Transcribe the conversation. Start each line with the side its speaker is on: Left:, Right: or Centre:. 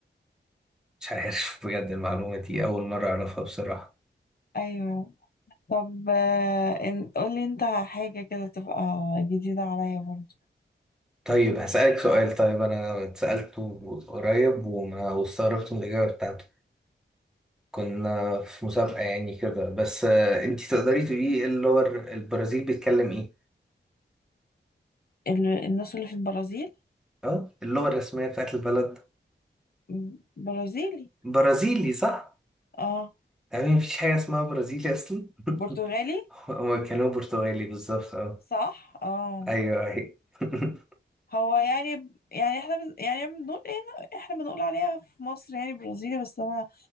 Centre: مش عارف بجد المعلومة دي أول مرة أعرفها بصراحة
Left: أيوه طب آه، إن- قولي أنت حاجة كده تبقى جديدة عليا برضو
Centre: طيب هسألك سؤال طيب أنا اتسألته قريب وما واستغربت من الإجابة بتاعته كنا في مسابقة يعني كده بس آه، أنتي تقدري تقولي إيه اللغة ال- البرازيل بيتكلم إيه؟
Left: ال- الناس اللي في البرازيل
Centre: أه اللغة الرسمية بتاعت البلد
Left: م- برازيلي
Centre: برازيلي صح؟
Left: اه
Centre: يعني مفيش حاجة اسمها برازيلي أصلا
Left: برتغالي
Centre: <laughs> هما كانوا برتغالي بالظبط أه
Left: صح اه
Centre: أيوه أيوه <laughs>
Left: هو يعني يعني احنا بن- يعني بنقول ايه احنا بنقول عليها في مصر يعني برازيلي بس انا